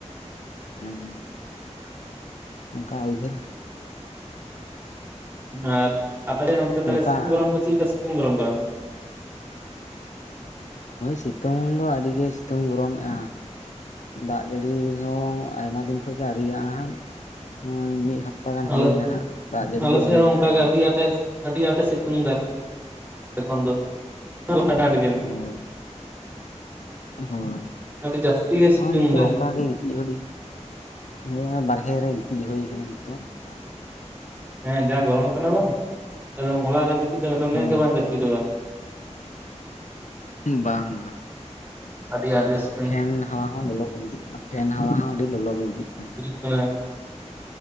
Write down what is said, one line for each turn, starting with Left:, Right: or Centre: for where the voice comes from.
Left: ᱩᱸ ᱦᱩ ᱚᱱᱠᱟ ᱩᱭᱦᱟᱹᱨ
Right: ᱟᱨ ᱟᱯᱮ ᱚᱱᱛᱮ ᱛᱟᱦᱚᱞᱮ
Left: ᱱᱚᱝᱠᱟ
Right: ᱥᱤᱛᱩᱝ ᱜᱨᱚᱢ ᱠᱚ ᱪᱮᱫᱞᱮᱠᱟ ᱥᱤᱛᱩᱝ ᱜᱨᱚᱢ ᱠᱟᱱᱟ?
Left: ᱥᱤᱛᱩᱝ ᱫᱚ ᱟᱹᱰᱤ ᱜᱮ ᱥᱤᱛᱩᱝ ᱜᱚᱨᱚᱢᱮᱫᱼᱟᱭ ᱾ ᱫᱟᱜ ᱡᱟᱹᱲᱤ ᱦᱚᱸ ᱟᱭᱢᱟ ᱫᱤᱱ ᱠᱷᱚᱡᱜᱮ ᱟᱹᱨᱤᱭᱟᱜᱼᱟ, ᱦᱚᱜᱚᱭ ᱢᱤ ᱦᱟᱯᱛᱟ ᱢᱤᱫ ᱦᱟᱯᱛᱟ ᱜᱟᱱ
Right: ᱟᱞᱮ
Left: ᱦᱩᱭᱮᱱᱟ ᱦᱟᱸᱜ ᱫᱟᱜ ᱡᱟᱹᱲᱤ
Right: ᱟᱞᱮ
Left: ᱜᱮ
Right: ᱥᱮᱫ
Left: ᱟᱹᱣᱨᱤ
Right: ᱦᱚᱸ
Left: ᱦᱤᱡᱩᱜ-ᱟ,
Right: ᱚᱱᱠᱟᱜᱮ ᱟᱹᱰᱤ ᱟᱸᱴᱮ ᱟᱹᱰᱤ ᱟᱴ ᱮ ᱥᱮᱛᱩᱝ ᱮᱫᱟ ᱾ ᱮᱠᱷᱚᱱ ᱫᱚ <unintelligible>
Left: ᱦᱩᱸ ᱦᱳᱭ ᱦᱳᱭ,
Right: ᱟᱹᱰᱤ ᱡᱟᱹᱥᱛᱤ ᱜᱮᱭ ᱥᱤᱛᱩᱝ
Left: ᱱᱚᱜᱼᱚᱭ ᱱᱤᱛᱚᱜ
Right: ᱫᱟ
Left: ᱚᱱᱠᱟ ᱜᱮ ᱜᱤᱛᱤᱡᱚᱜ ᱞᱟᱜᱤᱫ ᱦᱚᱭ ᱚᱱᱟ ᱵᱟᱨᱦᱮ ᱨᱮ ᱜᱤᱛᱤᱡ ᱦᱩᱭ ᱟᱠᱟᱱᱟ ᱱᱤᱛᱚᱜ ᱾
Right: ᱦᱮᱸ ᱡᱟ ᱜᱚᱨᱚᱢ ᱠᱟᱱᱟ ᱵᱟᱝ ᱮᱠᱫᱚᱢ ᱚᱲᱟᱜ ᱨᱮ ᱡᱟᱯᱤᱫᱚᱜ
Left: ᱦᱳᱭ
Right: ᱢᱮᱫ ᱜᱮ ᱵᱟᱝ ᱡᱟᱹᱯᱤ ᱫᱚᱜᱼᱟ ᱾
Left: ᱵᱟᱝ ᱵᱟᱝ
Right: ᱟᱹᱰᱤ ᱟᱸᱴᱜᱮ ᱥᱤ
Left: ᱯᱷᱮᱱ ᱦᱟᱣᱟ ᱦᱚᱸ ᱞᱚᱞᱚ ᱜᱮ ᱵᱩᱡᱷᱟᱜ ᱠᱟᱱᱟ, ᱯᱷᱮᱱ ᱦᱟᱣᱟ ᱦᱚᱸ ᱟᱹᱰᱤ ᱞᱚᱞᱚ ᱜᱮ ᱵᱩᱡᱷᱟᱜ ᱠᱟᱱ ᱾
Right: ᱢᱟᱱᱮ